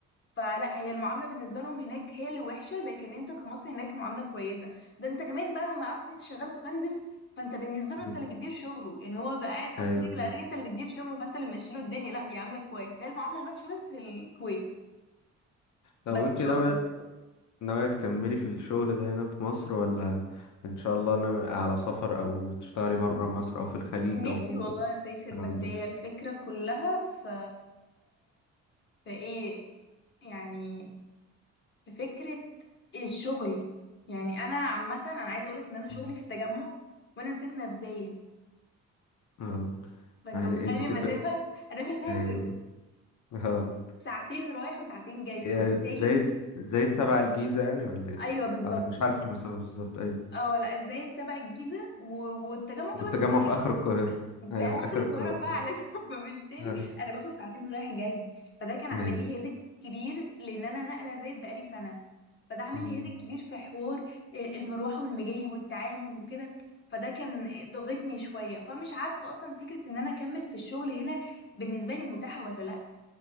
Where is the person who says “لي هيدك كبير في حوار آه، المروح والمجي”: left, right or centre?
Left